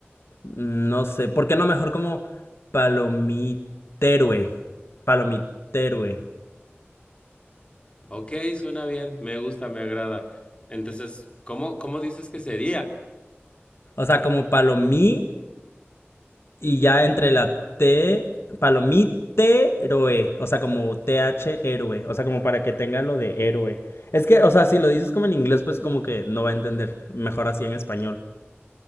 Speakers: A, on the left (about 70°); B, on the left (about 25°).
A: no sé, ¿por qué no mejor como palomiterue? Palomiterue.
B: Ok, suena bien, me gusta, me agrada. Entonces, ¿cómo, cómo dices que sería?
A: O sea, como palomí Y ya entre la T, palomite héroe, o sea, como T H héroe, o sea, como para que tenga lo de héroe. Es que, o sea, si lo dices como en inglés, pues como que no va a entender. Mejor así en español.